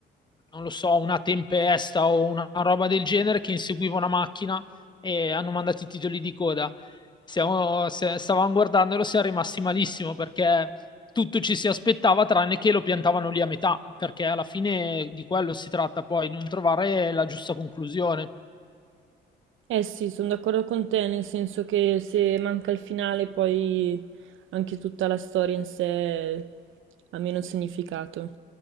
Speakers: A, on the left; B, on the right.
A: non lo so, una tempesta o una roba del genere che inseguiva una macchina e hanno mandato i titoli di coda siamo- se- stavamo guardandolo, siamo rimasti malissimo perché tutto ci si aspettava tranne che lo piantavano lì a metà, perché alla fine di quello si tratta poi, non trovare la giusta conclusione.
B: Eh sì, sono d'accordo con te, nel senso che se manca il finale poi anche tutta la storia in sé ha meno significato.